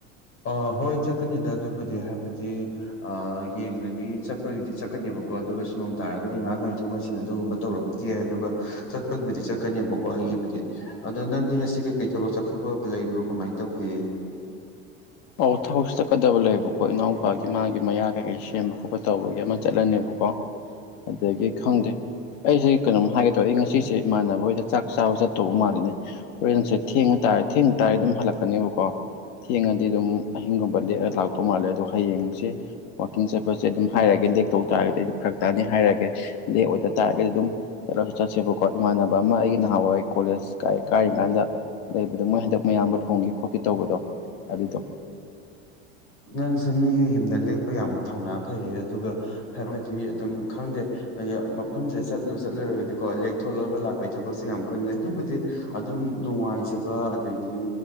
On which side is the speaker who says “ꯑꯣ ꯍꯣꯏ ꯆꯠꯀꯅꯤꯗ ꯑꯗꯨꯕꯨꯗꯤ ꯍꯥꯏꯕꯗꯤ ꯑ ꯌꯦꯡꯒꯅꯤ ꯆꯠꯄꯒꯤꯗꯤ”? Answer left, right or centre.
Left